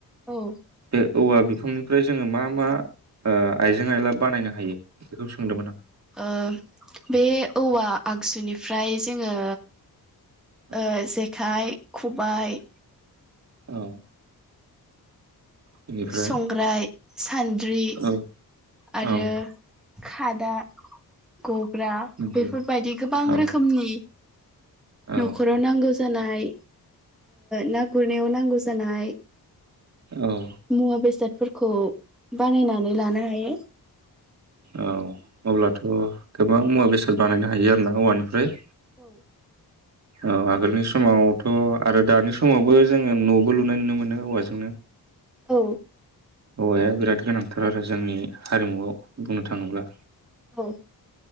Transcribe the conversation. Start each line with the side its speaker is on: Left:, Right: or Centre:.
Centre: औ
Right: बे औवा बि बिफांनिफ्राय जोङो मा मा ओ आइजें आइला बानायनो हायो बेखौ सोंदोंमोन आं?
Centre: ओ बे औवा आगजुनिफ्राय जोङो
Right: आं
Centre: ओ जेखाइ खबाय
Right: औ। बेनिफ्राय
Centre: संग्राय सान्द्रि
Right: औ
Centre: आरो
Right: औ
Centre: खादा गग्रा
Right: नंगौ
Centre: बेफोरबायदि गोबां
Right: औ
Centre: रोखोमनि
Right: औ
Centre: न'खराव नांगौ जानाय ना गुरनायाव नांगौ जानाय
Right: औ
Centre: युवा बेसाद फोरखौ बानायनानै लानो हायो।
Right: औ अब्लाथ' गोबां मुवा बेसाद बानायनो हायो आरो ना औवानिफ्राय।
Centre: <inaudible>
Right: औ आगोलनि समावथ' आरो दानि समावबो जोङो न'बो लुनाय नुनो मोनो औवाजोंनो।
Centre: औ।
Right: औवाया बिराद गोनांथार आरो जोंनि हारिमुआव बुंनो थाङोब्ला।
Centre: औ।